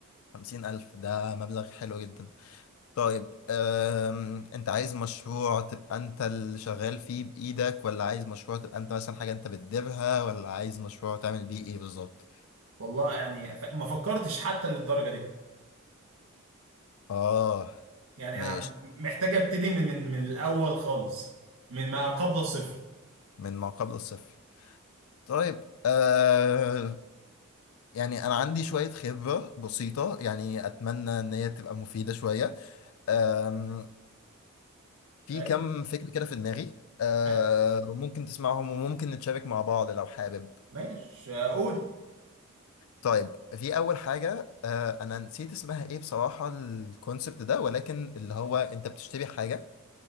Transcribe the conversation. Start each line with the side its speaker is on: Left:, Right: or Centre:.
Left: خمسين ألف ده مبلغ حلو جدا طيب أم... انت عايز مشروع تبقى انت اللي شغال فيه بإيدك ولا عايز مشروع تبقى انت مثلا حاجة انت بتديرها ولا عايز مشروع تعمل بيه ايه بالظبط
Right: والله يعني ف- ما فكرتش حتى للدرجة دي
Left: اه
Right: يعني
Left: ماشي
Right: أنا محتاج ابتدي من من من الاول خالص من ما قبل الصفر
Left: من ما قبل الصفر طيب أه... يعني انا عندي شوية خبرة بسيطة يعني اتمنى ان هي تبقى مفيدة شوية أم... في
Right: هل-
Left: كم فكرة كده في دماغي أه...
Right: هل-
Left: ممكن تسمعهم وممكن نتشارك مع بعض لو حابب
Right: ماشي اقول
Left: طيب في اول حاجه آه انا نسيت اسمها ايه بصراحه الكونسبت ده ولكن اللي هو انت بتشتري حاجه